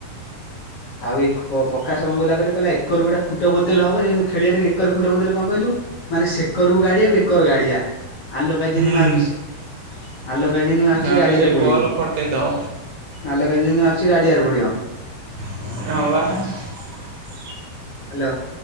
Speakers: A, on the left (about 50°); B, on the right (about 65°).
A: ଆଉ ଏକ ପ୍ରକାଶ ଗଙ୍ଗୁଲା କହିଲ କହିଲା ଏକରୁ ଗୋଟେ ଖ ଖୁ ବଦଲ ହବ ଯେମିତି ଖେଳିବା ଟ ଏକର ଖୁଣ୍ଟ ବଦଲ କଣ କହିଲୁ ମାନେ ସେ ଏକରକୁ ଗାଡିଆକୁ ଏକର ଗାଡିଆ ଆଲୁ କାଇ ଯେମତି
B: ହୁଁ
A: ମାରୁଛି। ଆଲ କା ଜିନି ମାରୁଛି
B: ଆଲୋ
A: ଗାଡିଆରେ
B: କାଇଁ
A: ପଡିବ
B: ବଲ ଫଟେଇ ଦବ
A: ଆଲ କା ଜିନି ମାରୁଛି ଗାଡିଆରେ ପଡିବ।
B: ହୱ।
A: ହ୍ୟାଲୋ।